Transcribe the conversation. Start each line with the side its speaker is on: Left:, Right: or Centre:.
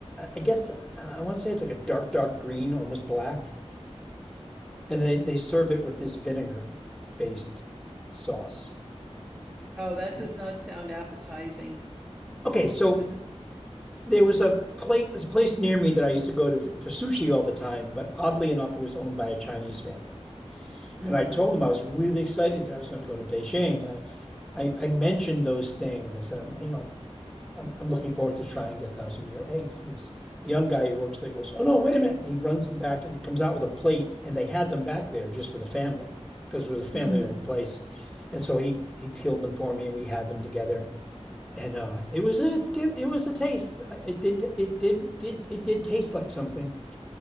Centre: I guess I want to say it's like a dark, dark green, almost black. And they they serve it with this vinegar-based sauce.
Right: Oh, that
Centre: Yeah.
Right: does not sound appetizing.
Centre: Okay, so
Right: Doesn't
Centre: There was a place, there's a place near me that I used to go to for, for sushi all the time, but oddly enough, it was owned by a Chinese family.
Right: Mm-hmm.
Centre: And I told them I was really excited that I was going to go to Beijing, and I, I, I mentioned those things. I said, I'm, you know, I'm, I'm looking forward to trying the thousand year eggs. And this young guy who works there goes, "Oh no, wait a minute!" And he runs to the back and comes out with a plate, and they had them back there just for the family because it was a family-owned
Right: Mm-hmm.
Centre: place. And so he he peeled them for me, and we had them together and uh, it was a it was a taste. Uh, It did it did did it did taste like something.